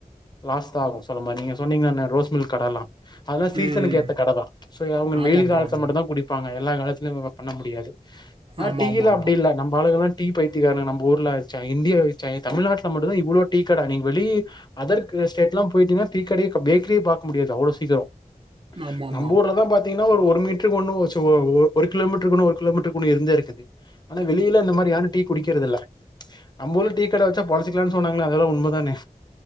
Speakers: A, on the left; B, on the right.
A: லாஸ்த் ஆகும் சொல்ல மாி நீங்க சொன்னீங்கல அன்ன ரோஸ் மில்க் கடைல்லாம். அதெல்லாம் சீசனுக்கு
B: ம்.
A: ஏத்த கடை தான் சோ அவங்க
B: ஆமாம்
A: வெயில் காலத்ல
B: ப்ரோ. ஆமாம்
A: மட்டும்
B: ப்ரோ.
A: தான் குடிப்பாங்க. எல்லா காலத்துலயையும் <unintelligible> பண்ண முடியாது. ஆனா
B: ஆமாமாமா.
A: டீயெல்லாம் அப்டி இல்ல. நம்ம ஆளுகல்லாம் டீ பைத்தியக்காரனுங்க நம்போ ஊர்ல வச்சா இந்தியா வச்சா ஏன் தமிழ்நாட்டுல மட்டுதான் இவ்ளோ டீடை கட நீங்க வெளி அதர்க்கு ஸ்டேட்ல்லாம் போய்ட்டீங்கன்னா டீ கடயே கம் பேக்ரியே பாக்க முடியாது, அவ்ளோ சீக்கிரம்.
B: ஆமாமாமா.
A: நம்ம ஊர்ல தான் பாத்தீங்கன்னா ஒரு ஒரு மீட்ருக்கு ஒண்ணு வச் ஒ ஒ ஒரு கிலோமீட்டருக்கு ஒன்னு கிலோமீட்டருக்கு ஒன்னு இருந்தே இருக்குது ஆனா வெளில இந்த மாரி யாரும் டீ குடிக்கிறது இல்ல. ச் நம்பூர்ல டீ கட வச்சா பொலச் வச்சிகலானு சொன்னாங்கள்ளா அதல்லாம் உண்ம தான